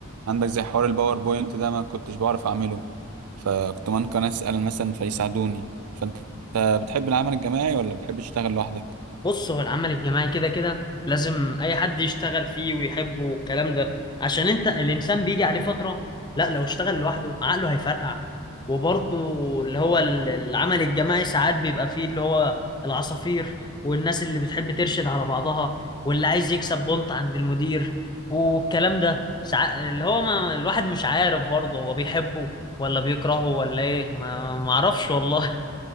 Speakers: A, on the right (about 80°); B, on the left (about 20°).
A: عندك زي حوار الباوربوينت ده ما كنتش بعرف اعمله فكنت ممكن اسأل مثلا فيساعدوني فانت بتحب العمل الجماعي ولا بتحب تشتغل لوحدك
B: بص هو العمل الجماعي كده كده لازم اي حد يشتغل فيه ويحبه والكلام ده عشان انت الانسان بيجي عليه فترة لا لو اشتغل لوحده عقله هيفرقع وبرضه اللي هو ال- العمل الجماعي ساعات بيبقى فيه اللي هو العصافير والناس اللي بتحب ترشد على بعضها واللي عايز يكسب بونت عند المدير والكلام ده ساعات اللي هو ما الواحد مش عارف برضه هو بيحبه ولا بيكرهه ولا ايه ما ما اعرفش والله